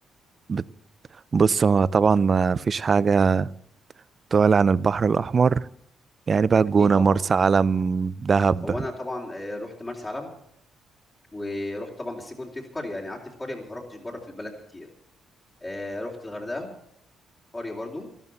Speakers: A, on the right (about 35°); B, on the left (about 25°).
A: بت- بص هو طبعا ما فيش حاجة تعلى عن البحر الأحمر يعني بقى الجونة
B: اكيد طبعا
A: مرسى علم دهب
B: هو انا طبعا آه، رحت مرسى علم ورحت طبعا بس كنت في قريه يعني قعدت في قريه ما خرجتش بره في البلد كتير آه، رحت الغردقه قريه برضو